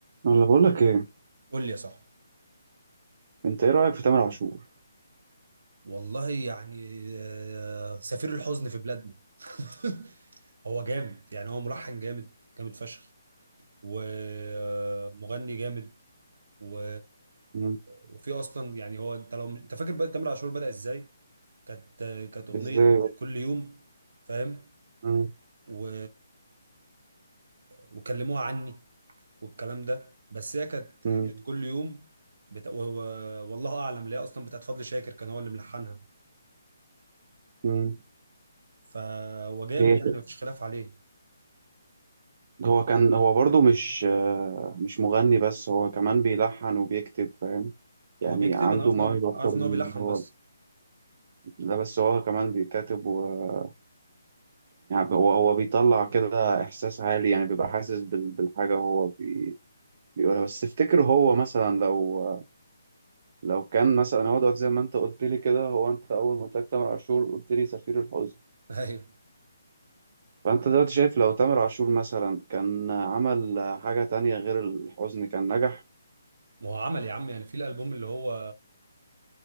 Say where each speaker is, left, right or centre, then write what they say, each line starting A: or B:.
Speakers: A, on the right; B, on the right.
A: انا اللي بقول لك ايه
B: قول لي يا صاحبي
A: انت ايه رايك في تامر عاشور
B: والله يعني آه، سفير الحزن في بلادنا <laughs> هو جامد يعني هو ملحن جامد جامد فشخ ومغني جامد و...
A: مم.
B: وفي اصلا يعني هو انت لو انت فاكر بقى تامر عاشور بدأ ازاي كانت كانت اغنية
A: ازاي
B: كل يوم فاهم
A: مم.
B: و... وكلموها عني والكلام ده بس هي كانت
A: مم.
B: كانت كل يوم بت... و... و- والله اعلم ليه اصلا بتاعت فضل شاكر كان هو اللي ملحنها
A: مم.
B: ف هو جامد
A: هي
B: يعني
A: كده.
B: مفيش خلاف عليه
A: هو كان هو برضو مش آه، مش مغني بس هو كمان بيلحن وبيكتب فاهم يعني
B: هو بيكتب
A: عنده
B: انا عارف
A: موهبة
B: ان هو بي...
A: أكتر
B: عارف ان
A: من
B: هو بيلحن
A: هو
B: بس
A: لا بس هو كمان بيكتب ويعني هو هو بيطلع كده إحساس عالي يعني بيبقى حاسس بال- بالحاجة وهو بي... بيقولها بس تفتكر هو مثلا لو لو كان مثلا هو دلوقتي زي ما أنت قلت لي كده هو أنت أول ما قلت لك تامر عاشور قلت لي سفير الحزن
B: <laughs> ايوه
A: فأنت دلوقتي شايف لو تامر عاشور مثلا كان عمل حاجة تانية غير الحزن كان نجح
B: ما هو عمل يا عم يعني في الالبوم اللي هو